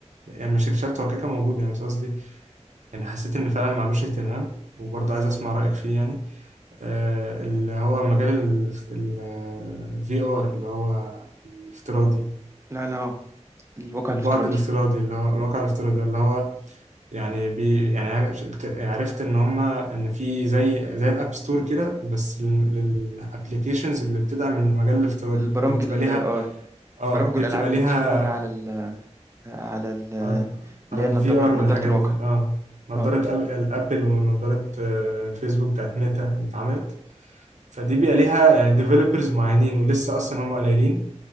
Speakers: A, on the right; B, on the right.
A: يعني مش اكتشفته هو كده كده موجود يعني بس قصدي يعني حسيت ان فعلا معلوش اهتمام وبرضه عايز اسمع رايك فيه يعني آه اللي هو مجال الفي ار اللي هو الافتراضي
B: لا انا اه الواقع
A: البعد
B: الافتراضي
A: الافتراضي اللي هو الواقع الافتراضي اللي هو يعني بي يعني عش- اكت- عرفت ان هما ان في زي زي الاب ستور كده بس للابلكيشنز اللي بتدعم المجال الافتراضي
B: البرامج
A: دي بتبقى
B: ال
A: ليها
B: اه
A: اه
B: برامج
A: دي
B: والألعاب
A: بتبقى
B: اللي
A: ليها
B: بتشتغل على ال على ال
A: على
B: اللي
A: على
B: هي
A: الفي
B: النضارة
A: ار والحاجات
B: نضارة الواقع
A: دي اه نظارة
B: اه
A: أب- الابل ونظارة آه، فيسبوك بتاعت ميتا اللي اتعملت فدي بيبقى ليها يعني ديفلوبرز معينين ولسه اصلا هم قليلين